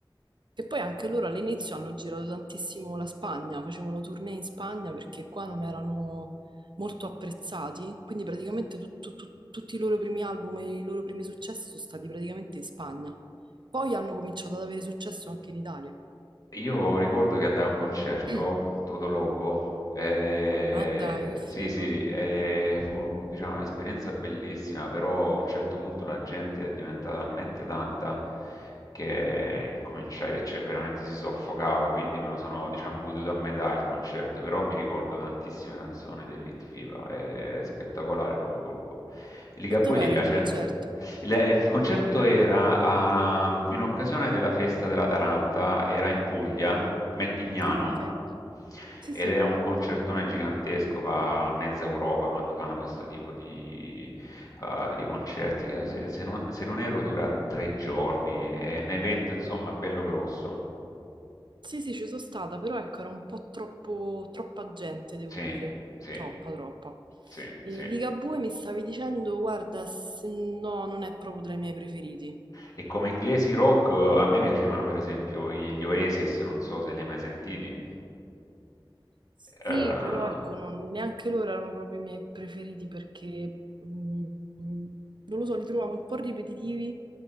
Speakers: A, on the right; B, on the left.
A: Che poi anche loro all'inizio hanno girato tantissimo la Spagna, facevano tournée in Spagna perché qua non erano molto apprezzati, quindi praticamente tut- tut- tut- tutti i loro primi album e i loro primi successi sono stati praticamente in Spagna. Poi hanno cominciato ad avere successo anche in Italia.
B: Io ricordo che andai a un concerto,
A: <clears throat>
B: Todo Loco, e...
A: Ma dai, che figo.
B: sì sì, e fu diciamo, un'esperienza bellissima, però a un certo punto la gente è diventata talmente tanta che cominciai, cioè veramente si soffocava, quindi me lo sono diciamo, goduto a metà il concerto, però mi ricordo tantissime canzoni dell'Hit FIBA, è spettacolare come gruppo. I Ligabue
A: E dov'era
B: ti piace?
A: il concerto?
B: Il, il concerto era a- in occasione della festa della Taranta, era in Puglia, Melpignano,
A: Ah, ok. Sì,
B: ed
A: sì.
B: era un concertone gigantesco, va a mezza Europa quando fanno questo tipo di, eh, di concerti, che se, se non, se non erro dura tre giorni, è un evento insomma bello grosso.
A: Sì, sì, ci sono stata, però ecco, era un po' troppo, troppa gente, devo
B: Sì,
A: dire.
B: sì,
A: Troppa, troppa.
B: sì,
A: E
B: sì.
A: Ligabue mi stavi dicendo, guarda, s- no, non è proprio tra i miei preferiti.
B: E come inglesi rock eh, a me piacevano per esempio i- gli Oasis, non so se li hai mai sentiti.
A: Sì,
B: Eh,
A: però ecco, non- neanche loro erano proprio i miei preferiti perché, mm, mm, non lo so, li trovavo un po' ripetitivi